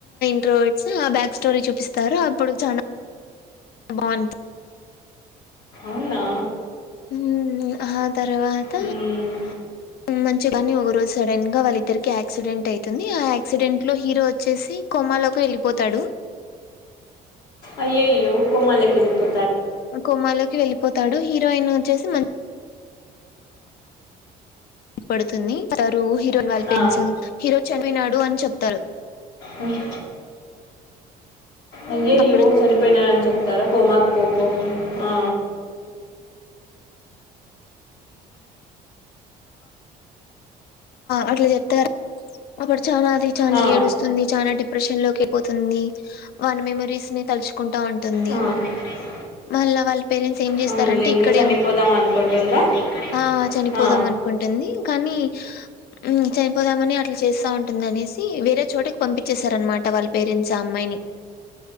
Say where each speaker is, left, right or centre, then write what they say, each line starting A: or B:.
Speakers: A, on the left (about 65°); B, on the left (about 85°).
A: వర్స్ ఆ బ్యాక్ స్టోరీ చూపిస్తారు అప్పుడు చానా బాగుంది
B: అవునా
A: ఊమ్ ఆ తర్వాత
B: మ్మ్
A: ఊమ్ మంచిగాని ఒకరోజు సడన్ గా వాళ్ళిద్దరికి యాక్సిడెంట్ ఐతుంది ఆ యాక్సిడెంట్ లో హీరో వచ్చేసి కొమలోకి వెళ్ళిపోతాడు
B: అయ్యోయ్యో కోమాలకి వెళపోతు
A: కోమాలోకి వెళ్ళిపో పోతాడు హీరోయిన్ వచ్చేసి మం పడుతుంది తరుహి ల్ పన్స్
B: ఆ.
A: హీరో చనపోనాడు అని చెప్తారు
B: ఊహ్మ్ అయ్యయ్యో
A: అప్పుడు
B: చనిపోయినాడని చెప్తారా కోమాకు పోకోకూ ఆ
A: అట్లా చెప్తారు అప్పుడు చనా అది చనా
B: ఆ,
A: ఏడుస్తుంది చానా డిప్రెషన్ లోకి పోతుంది, వాని మెమరీస్ ని కలుచుకుంటా ఉంటుంది,
B: ఆ, బెదిరేసి
A: మళ్ళా వాళ్ళ పేరెంట్స్ ఏం చేస్తారంటే
B: తలుచుకుంటానంటుంది అవునులే ఇంకా
A: ఇక్కడే
B: చనిపోదాం
A: ఉం
B: అనుకుంటుందా ఇక్కడే
A: ఆ చనిపోదాం
B: ఆ,
A: అనుకుంటుంది కానీ ఉం చనిపోదామని అట్లా చేస్తా ఉంటుంది అనేసి, వేరే చోటకి పంపించేసారనమాట వాళ్ళ పేరెంట్స్ ఆ అమ్మాయిని